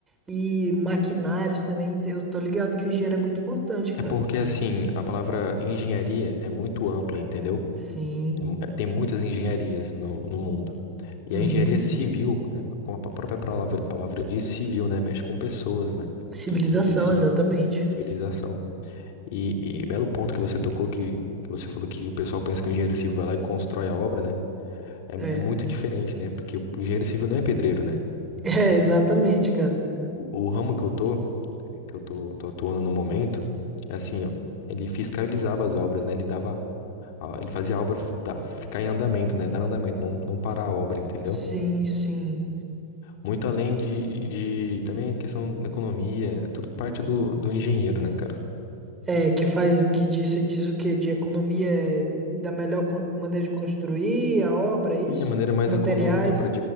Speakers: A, on the right; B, on the left.
A: E maquinários também, eu tô ligado que o engenheiro é muito importante, cara.
B: É porque, assim, a palavra engenharia é muito ampla, entendeu?
A: Sim.
B: É mu- é- tem muitas engenharias no, no mundo. E
A: Uhum.
B: a engenharia civil, é, como a pa- própria palavra, palavra diz, civil, né? Mexe com pessoas, né?
A: Civilização,
B: E, assim,
A: exatamente.
B: civilização. E, e belo ponto que você tocou, que, que você falou que o pessoal pensa que o engenheiro civil vai lá e constrói a obra, né? É,
A: É.
B: é muito diferente, né? Porque o engenheiro civil não é pedreiro, né?
A: É, exatamente, cara.
B: O, o ramo que eu tô, é, que eu tô, tô atuando no momento, é assim, eu- ele fiscalizava as obras, né? Ele dava, a- ele fazia a obra f- da- ficar em andamento, né? Dar andamento, não, não parar a obra, entendeu?
A: Sim, sim.
B: Muito além de, de também a questão da economia, é tudo parte do, do engenheiro, né, cara?
A: É, que faz o que diz, você diz o quê? De economia é da melhor co- maneira de construir a obra, é isso?
B: E a maneira mais
A: Materiais.
B: econômica para